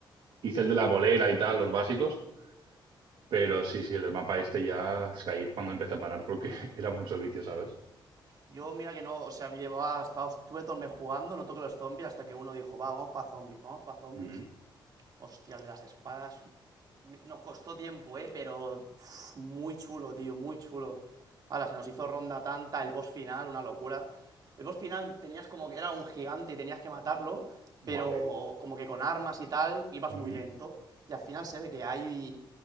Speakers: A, on the right; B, on the right.
A: Hice el de la bolera y tal, los básicos. Pero sí, sí, el mapa este ya es que ahí es cuando empecé a parar porque <laughs> era mucho vicio, ¿sabes?
B: Yo, mira que no, o sea, llevaba, hasta, estuve todo el mes jugando, no toqué los zombies, hasta que uno dijo, va, vamos para zombies, vamos para zombies.
A: Ujú.
B: Hostia, el de las espadas. Nos costó tiempo, eh, pero. uf, muy chulo, tío, muy chulo. Ahora, se nos hizo ronda tanta, el boss final, una locura. El boss final tenías como que era un gigante y tenías que matarlo,
A: Vale.
B: pero como que con armas y tal, ibas
A: Ujú.
B: muy lento. Y al final se ve que hay.